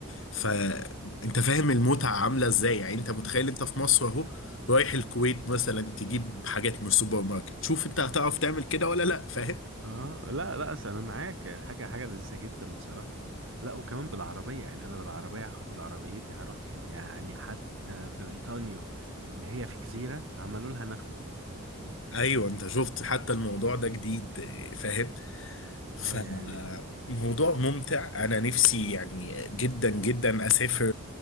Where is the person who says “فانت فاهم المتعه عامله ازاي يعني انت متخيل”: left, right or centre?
Left